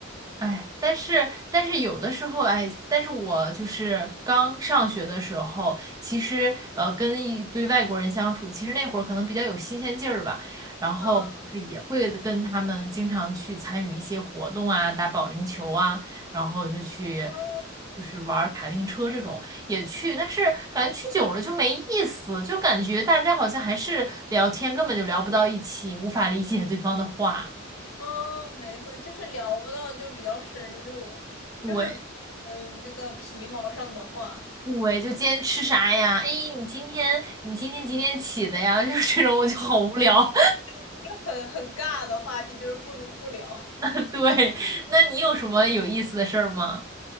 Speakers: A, on the right; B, on the left.
A: 哎，但是但是有的时候，哎，但是我就是刚上学的时候，其实呃，跟一堆外国人相处，其实那会儿可能比较有新鲜劲儿吧，然后就是也会跟他们经常去参与一些活动啊，
B: 嗯，
A: 打保龄球啊，然后就去
B: 哦
A: 就是玩儿卡丁车这种也去，但是感觉去久了就没意思，就感觉大家好像还是聊天根本就聊不到一起，无法理解对方的话，
B: 哦，没错，就是聊不到，就比较深入，就是
A: 对。
B: 嗯、呃那个皮毛上的话，
A: 对，就今天吃啥呀？哎，你今天你今天几点起的呀？<laughs> 就是这种，我就好无聊。
B: <laughs> 很很尬的话题，就是不如不聊。
A: <laughs> 对，那你有什么有意思的事儿吗？